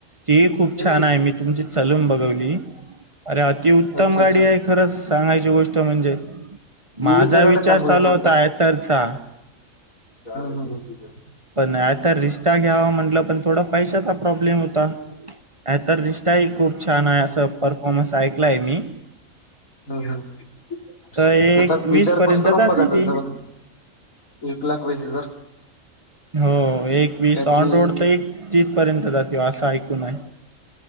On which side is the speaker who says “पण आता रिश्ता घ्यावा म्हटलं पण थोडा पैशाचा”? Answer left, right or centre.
Right